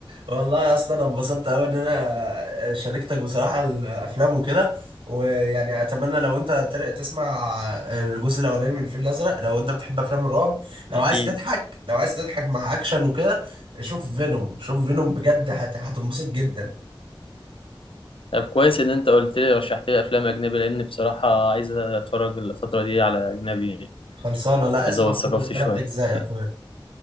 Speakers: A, on the right; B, on the left.
A: والله يا اسطى انا انبسطت قوي ان انا شاركتك بصراحه الافلام وكده ويعني اتمنى لو انت تر- تسمع الجزء الاولاني من الفيل الازرق لو انت بتحب افلام الرعب لو
B: اكيد
A: عايز تضحك لو عايز تضحك مع اكشن وكده شوف فينوم شوف فينوم بجد هت- هتنبسط جدا
B: طب كويس ان انت قلت لي رشحت لي افلام اجنبي لان بصراحه عايز اتفرج الفتره دي على اجنبي يعني
A: خلصانه لا
B: ازود
A: اسمع فينوم
B: ثقافتي
A: الثلاث
B: شويه
A: اجزاء يا
B: <laughs>
A: اخويا